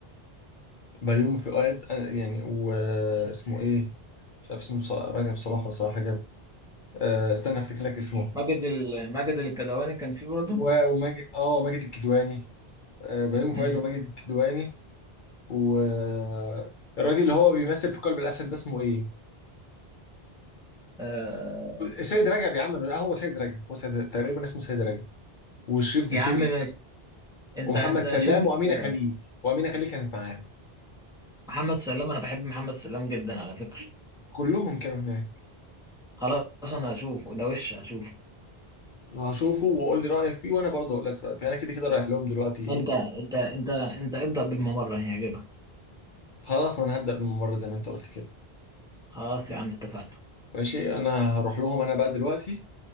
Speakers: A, on the left; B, in the centre.
A: بيومي فؤاد آه، يعني واسمه ايه مش عارف اسمه ص- رجب صلاح ولا صلاح رجب أه استنى افتكر لك اسمه
B: ماجد ال... ماجد الكدواني كان فيه برضه
A: و- وماجد اه ماجد الكدواني آه، بيومي
B: امم
A: فؤاد وماجد الكدواني والراجل اللي هو بيمثل في قلب الاسد ده اسمه ايه؟
B: آه...
A: سيد رجب يا عم آه، هو سيد رجب هو سيد تقريبا اسمه سيد رجب وشريف دسوقي
B: يا عم ماشي انت
A: ومحمد
B: انت
A: سلام
B: شوف
A: وامينه
B: آه،
A: خليل وامينه خليل كانت معاهم
B: محمد سلام انا بحب محمد سلام جدا على فكرة
A: كلهم كانوا هناك
B: خلاص انا هشوفه ده وش هشوفه
A: هشوفه وقول لي رايك فيه وانا برضه اقول لك رايي فيه انا كده كده رايح لهم دلوقتي
B: انت انت انت انت ابدأ بالممر هيعجبك
A: خلاص انا هبدا بالممر زي ما انت قلت كده
B: خلاص يا عم اتفقنا
A: ماشي انا هروح لهم انا بقى دلوقتي